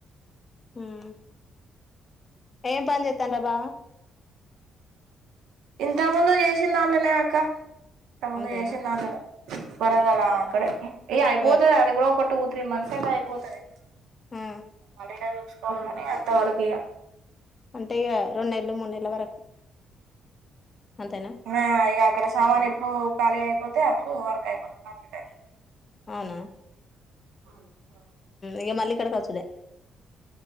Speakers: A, on the left; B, on the right.
A: మ్మ్ ఏం పన్ జెప్ తే గదా
B: ఇంతకు ముందు చేసిన దాంట్లోనే అక్క ఇంతకు ముందు
A: అంతేనా
B: చేసింది దాంట్లోనే పరవాలే అక్కడే ఇగ అయిపోతది
A: పోయ్
B: అది కూడా ఒక టూ, త్రీ మంత్స్ అయితే ఆయిపోతది
A: ఆ
B: మ <unintelligible> అంత వరకు ఇగ
A: అంటే ఇక రొనెల్లు, మూనె నెల వరకు అంతేనా
B: నాయ అక్కడ సామాన్ ఎప్పుడు ఖాళీ అయిపోతే, అప్పుడు వర్క్ అయిపోతుంది. కంప్లీట్ అయితే
A: అవునా
B: అవును
A: ఇక మళ్లీ ఇక్కడికి అచ్చుడే